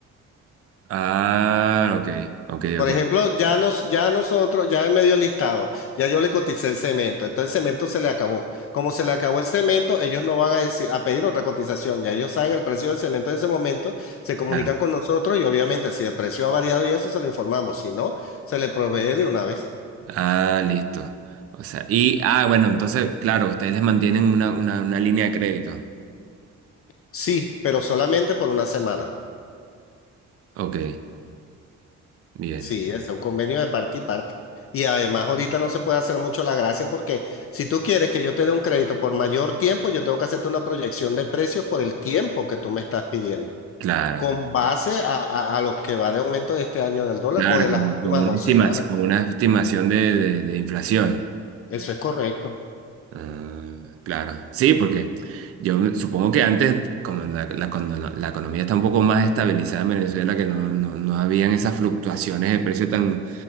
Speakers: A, on the right; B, on the left.
A: Ah, ok, ok,
B: Por
A: ok.
B: ejemplo, ya nos, ya nosotros, ya me dio el listado, ya yo le coticé el cemento, entonces el cemento se le acabó. Como se le acabó el cemento, ellos no van a decir, a pedir otra cotización, ya ellos saben el precio del cemento en ese momento, se comunican
A: Claro.
B: con nosotros y obviamente si el precio ha variado y eso se lo informamos, si no, se le provee de una vez.
A: Ah, listo. O sea, y, ah, bueno, entonces, claro, ustedes les mantienen una, una, una línea de crédito.
B: Sí, pero solamente por una semana.
A: Ok, bien,
B: Sí, es un convenio de parte y parte. Y además ahorita no se puede hacer mucho la gracia porque si tú quieres que yo te dé un crédito por mayor tiempo, yo tengo que hacerte una proyección de precios por el tiempo que tú me estás pidiendo,
A: claro,
B: con base a, a, a lo que va de aumento de este año del dólar
A: claro,
B: o de
A: con,
B: las últimas
A: con una
B: dos
A: estimación,
B: semanas.
A: con una estimación de, de- de inflación.
B: Eso es correcto.
A: Ah, claro, sí, porque yo supongo que antes, como la, la cono- la economía está un poco más estabilizada en Venezuela, que no, no, no habían esas fluctuaciones de precio tan,